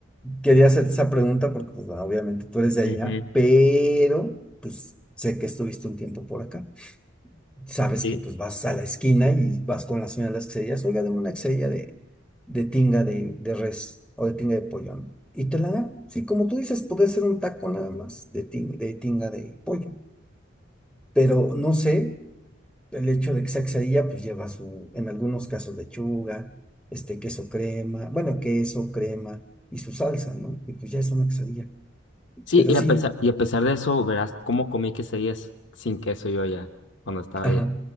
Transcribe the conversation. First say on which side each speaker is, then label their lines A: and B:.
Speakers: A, in the centre; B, on the left (about 65°).
A: quería hacerte esa pregunta porque pues obviamente tú eres de allá,
B: ujú,
A: pero pues sé que estuviste un tiempo por acá. sabes
B: Sí,
A: que pues vas a la esquina y vas con la señora de las quesadillas, oiga, dame una quesadilla de, de tinga de, de res o de tinga de pollo, ¿no? Y te la da. Sí, como tú dices, puede ser un taco nada más de tinga de, tinga de pollo. Pero no sé, el hecho de que sea quesadilla, pues lleva su, en algunos casos, lechuga, este, queso crema, bueno, queso, crema y su salsa, ¿no? Y pues ya es una quesadilla.
B: Sí,
A: Pero
B: y
A: sí,
B: a pesar, y a pesar de eso, verás cómo comí quesadillas sin queso yo ya, cuando estaba
A: ajá.
B: allá.